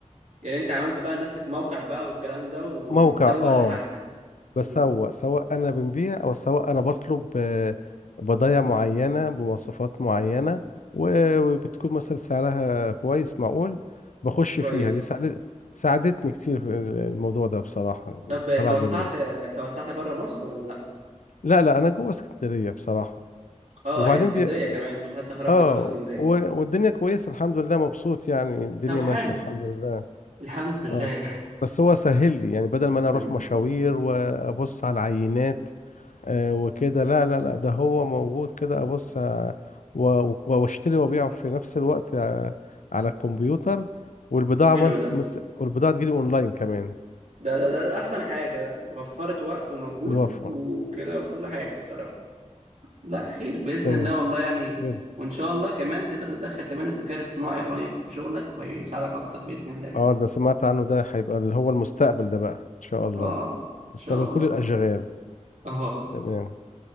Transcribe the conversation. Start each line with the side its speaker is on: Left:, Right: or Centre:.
Right: يعني انت عملت بقى لنفسك موقع بقى والكلام ده وبتسوق
Left: فموقع اه
Right: لحاجتك
Left: بسوق
Right: مم،
Left: سواء انا بنبيع او سواء انا بطلب آه، بضايع معينه بمواصفات معينه و- وبتكون مثلا سعرها كويس معقول بخش
Right: كويس
Left: فيها دي ساعدت ساعدتني كتير في ال- الموضوع ده بصراحه
Right: طب
Left: طلع
Right: توسعت
Left: جميل
Right: توسعت بره مصر ولا لا
Left: لا لا انا جوه اسكندريه بصراحه
Right: اه
Left: وبعدين
Right: يعني اسكندريه
Left: بي...
Right: كمان مش حتى خرجت
Left: اه
Right: بره اسكندريه
Left: و- والدنيا كويسه الحمد لله مبسوط يعني الدنيا
Right: طب حلو
Left: ماشيه الحمد لله
Right: الحمد لله
Left: اه بس هو سهل لي يعني بدل ما انا
Right: مم.
Left: اروح مشاوير وابص على العينات آه، وكده لا لا لا ده هو موجود كده ابص آه، و- واشتري وابيع في نفس الوقت آه، على الكمبيوتر والبضاعة
Right: حلو
Left: مس...
Right: ده
Left: مس... والبضاعة تجيلي اونلاين كمان
Right: ده ده, ده, ده احسن حاجه ده وفرت وقت ومجهود
Left: بيوفر
Right: وكده وكل حاجه الصراحه لا خير باذن
Left: تمام
Right: الله والله يعني
Left: غير-
Right: وان شاء الله كمان تقدر تدخل كمان الذكاء الاصطناعي قريب في شغلك ويساعدك اكتر باذن الله
Left: اه ده سمعت عنه ده هيبقى اللي هو المستقبل ده بقى ان شاء الله
Right: اه ان
Left: مستقبل
Right: شاء الله
Left: كل الاشغال
Right: اه
Left: تمام